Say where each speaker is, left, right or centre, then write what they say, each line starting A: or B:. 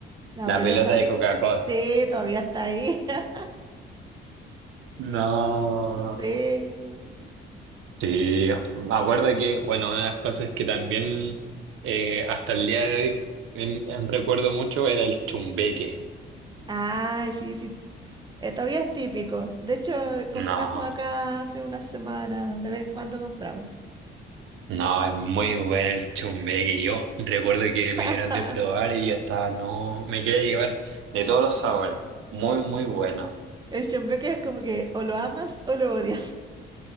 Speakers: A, on the right; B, on the right.
A: La
B: la
A: pelota.
B: pelota de Coca-Cola.
A: Sí, todavía está ahí. <laughs>
B: No.
A: Sí.
B: Sí, me acuerdo que, bueno, una de las cosas que también eh, hasta el día de hoy en- en recuerdo mucho era el chumbeque.
A: Ay, sí, sí. Eh, todavía es típico. De hecho, eh, compramos
B: No,
A: acá hace unas semanas. De vez en cuando compramos.
B: no, es muy bueno el chumbeque. Yo recuerdo que me
A: <laughs>
B: dieron de probar y ya estaba, no, me quería llevar de todos los sabores. Muy, muy bueno.
A: El chembeque es como que o lo amas o lo odias.